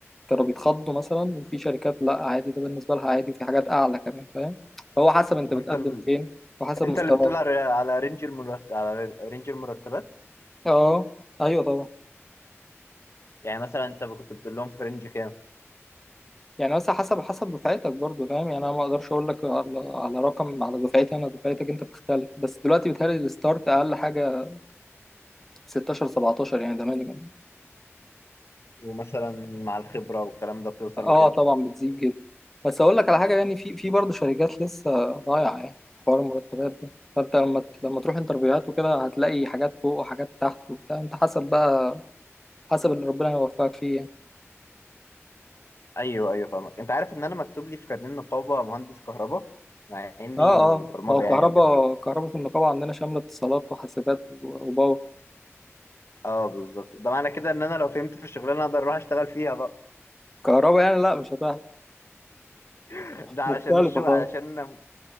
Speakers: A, in the centre; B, on the left.
A: كانوا بيتخضوا مثلا وفي شركات لا عادي ده بالنسبه لها عادي وفي حاجات اعلى كمان فاهم فهو حسب انت
B: وانت
A: بتقدم
B: ال...
A: فين وحسب
B: انت
A: مستواك
B: اللي بتقول على على رينج المرت... على رينج المرتبات
A: اه ايوه طبعا
B: يعني مثلا انت كنت بتقول لهم في رينج كام
A: يعني بس حسب حسب دفعتك برضو فاهم يعني انا ما اقدرش اقول لك على على رقم على دفعتي انا دفعتك انت بتختلف بس دلوقتي بيتهيألي الستارت اقل حاجه 16 17 يعني ده مينيمم
B: ومثلا مع الخبره والكلام ده بتوصل
A: اه
B: لكام
A: طبعا بتزيد جدا بس اقول لك على حاجه يعني في في برضه شركات لسه ضايعه يعني في حوار المرتبات ده فانت لما ت- لما تروح انترفيوهات وكده هتلاقي حاجات فوق وحاجات تحت وبتاع انت حسب بقى حسب اللي ربنا يوفقك فيه يعني
B: ايوه ايوه فاهمك انت عارف ان انا مكتوب لي في كارنيه النقابه مهندس كهرباء مع اني
A: اه اه
B: برمجه
A: هو الكهرباء
B: يعني وكده
A: الكهرباء في النقابه عندنا شامله اتصالات وحاسبات و- وباور
B: اه بالظبط ده معنى كده ان انا لو فهمت في الشغلانه اقدر اروح اشتغل فيها بقى
A: كهرباء يعني لا مش هتعرف
B: <laughs> ده علشان
A: مختلفة
B: الشغل
A: خالص
B: علشان